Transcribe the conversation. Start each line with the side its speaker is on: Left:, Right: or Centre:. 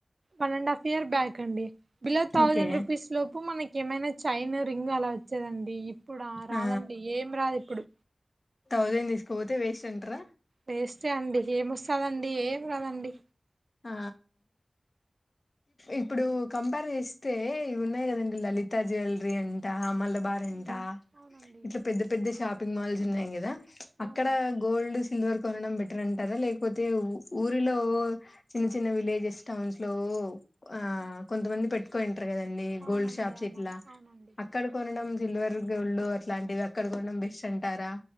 Right: one and half year back కండి బిలో థౌసండ్
Left: ఓకే
Right: రూపీస్ లోపు మనకి ఏమైనా చైన్, రింగ్ అలా వచ్చేదండి. ఇప్పుడా రాదండి
Left: ఆ
Right: ఏం రాదు ఇప్పుడు.
Left: థౌజండ్ తీసుకుపోతే వేస్ట్ అంటరా.
Right: వేస్టే అండి. ఎంవస్తాద ండి ఏంరాదండి.
Left: ఆ ఇప్పుడు కంపేర్ చేస్తే ఇవి ఉన్నాయి కదండి. లలితా జ్యువెలరీ అంట మల బార్
Right: అవును
Left: అంట,
Right: అవునండి
Left: ఇట్ల పెద్ద పెద్ద షాపింగ్ మాల్స్ ఉన్నాయి కదా
Right: అవునండి
Left: అక్కడ గోల్డ్, సిల్వర్ కొనడం బెటర్ అంటారా లేకపోతే ఊ ఊరిలో చిన్న చిన్న విలేజెస్ టౌన్స్ లో ఆ కొంతమంది పెట్టుకోని ఉంటరు కదండి,
Right: అవునండి
Left: గోల్డ్ షాప్స్
Right: అవునండి
Left: ఇట్లా
Right: అవునండి
Left: అక్కడ కొనడం సిల్వర్, గోల్డ్ అట్లాంటివి అక్కడ కూడా బెస్ట్ అంటారా.